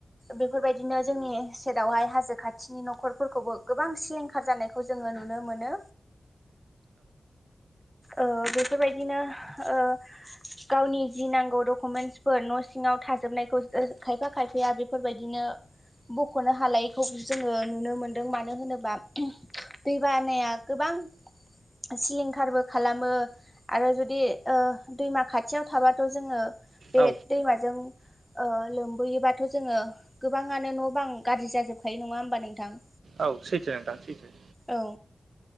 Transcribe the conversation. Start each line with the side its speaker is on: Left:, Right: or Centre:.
Centre: बेफोरबायदिनो जोंनि सेरावहाय हाजो खाथिनि न'खरफोरखौबो गोबां सिलिंखार जानायखौ जोङो नुनो मोनो ओ बेफोरबायदिनो ओ गावनि जि नांगौ डकुमेन्टसफोर न' सिङाव थाजोबनायखौ खायफा खायफाया बेफोरबायदिनो बख'नो हालायैखौ जोङो नुनो मोनदों मानो होनोबा दै बानाया गोबां सिलिंखारबो खालामो आरो जुदि ओ दैमा खाथियाव थाबाथ' जोङो बे
Right: औ
Centre: दैमाजों ओ लोमबोयोबाथ' जोङो गोबां ङानो न' बां गाज्रि जाजोबखायो नङा होमबा नोंथां
Right: औ सैथो नोंथां सैथो-
Centre: औ